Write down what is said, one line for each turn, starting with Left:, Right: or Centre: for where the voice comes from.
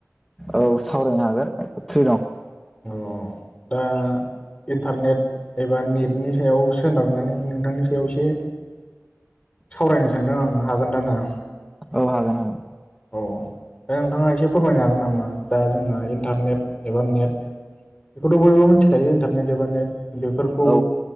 Centre: औ सावरायनो हागोन फ्रि दं।
Left: अ दा इन्टारनेट एबार नेटनि सायाव सोनारनानै नोंथांनि सायाव एसे सावरायनो सानदों आङो। हागोन दा ना?
Centre: औ हागोन हागोन।
Left: औ ओमफ्राय नोंथाङा एसे फोरमायनो हागोन नामा दा जोंना इन्टारनेट एबा नेट। बेखौथ बयबो मिथिखायो इन्टारनेट एबा नेट बेफोरखौ
Centre: औ